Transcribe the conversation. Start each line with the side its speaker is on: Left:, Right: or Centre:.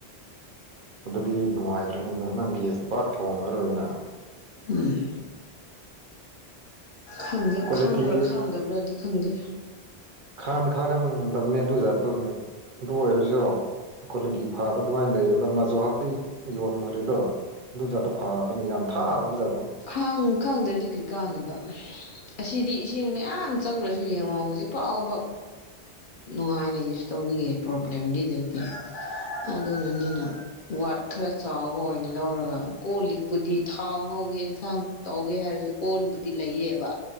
Right: ꯑꯗꯨꯗꯤ ꯅꯨꯡꯉꯥꯏꯈ꯭ꯔꯅꯤꯅ ꯅꯪ ꯒꯦꯁꯇ ꯄꯥꯛ ꯊꯣꯡꯉ ꯔꯣꯏꯅ
Left: ꯎꯝ ꯈꯪꯦ
Right: ꯀ꯭ꯋꯥꯂꯤꯇꯤ
Left: ꯈꯥꯡꯕ꯭ꯔꯥ ꯈꯥꯡꯗꯕ꯭ꯔꯥꯗꯤ ꯈꯪꯗꯦ
Right: ꯈꯥꯗꯤ ꯈꯥꯒꯟꯗꯕꯅꯦ ꯑꯗꯨꯖꯥ ꯑꯗꯨꯅꯤ ꯑꯗꯨ ꯑꯣꯏꯔꯁꯨ ꯀ꯭ꯋꯥꯂꯤꯇꯤ ꯐꯥꯕ ꯑꯗꯨꯃꯥꯏꯅ ꯂꯩꯔꯦꯕ ꯃꯖꯧ ꯍꯥꯞꯇ ꯌꯣꯟꯈ꯭ꯔꯦꯗꯣ ꯑꯗꯨ ꯖꯥꯠꯇꯣ ꯐꯥꯕꯅꯤꯅ ꯌꯥꯝ ꯊꯥꯗꯕ ꯖꯥꯠꯇꯣ
Left: ꯈꯥꯡ ꯈꯥꯡꯗ꯭ꯔꯗꯤ ꯀꯔꯤ ꯀꯥꯟꯅꯕ ꯑꯁꯤꯗꯤ ꯏꯁꯤꯡ ꯃꯌꯥꯝ ꯆꯪꯈ꯭ꯔꯁꯨ ꯌꯦꯡꯉꯣ ꯍꯧꯖꯤꯛ ꯐꯥꯎꯕ ꯅꯨꯡꯉꯥꯏꯅ ꯌꯨꯁ ꯇꯧꯔꯤꯌꯦ ꯄ꯭ꯔꯣꯕ꯭ꯂꯦꯝꯗꯤ ꯂꯩꯇꯦ ꯑꯗꯨꯅꯅꯤꯅ ꯋꯥꯠ ꯈꯔ ꯆꯥꯎꯕ ꯑꯣꯏꯅ ꯂꯧꯔꯒ ꯀꯣꯜ ꯂꯤꯛꯄꯨꯗꯤ ꯊꯥꯎ ꯉꯧꯒꯦ ꯌꯦꯟꯁꯥꯡ ꯇꯧꯒꯦ ꯍꯥꯏꯔꯁꯨ ꯀꯣꯟꯕꯨꯗꯤ ꯂꯩꯌꯦꯕ